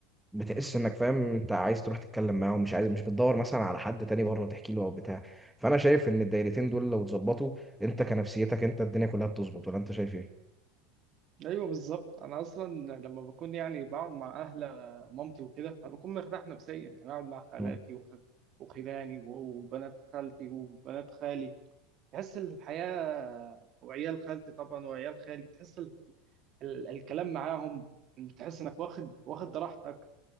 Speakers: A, in the centre; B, on the right.
A: بتحس انك فاهم انت عايز تروح تتكلم معاهم مش عايز مش بتدور مثلا على حد تاني بره تحكي له او بتاع فانا شايف ان الدايرتين دول لو اتظبطوا انت كنفسيتك انت الدنيا كلها بتظبط ولا انت شايف ايه
B: ايوه بالظبط انا اصلا لما بكون يعني بقعد مع اهل مامتي وكده انا بكون مرتاح نفسيا يعني اقعد مع خالاتي
A: مم.
B: وخ... وخلاني و- وبنات خالتي وبنات خالي تحس الحياه وعيال خالتي طبعا وعيال خالي تحس ال... ال... الكلام معاهم بتحس انك واخد واخد راحتك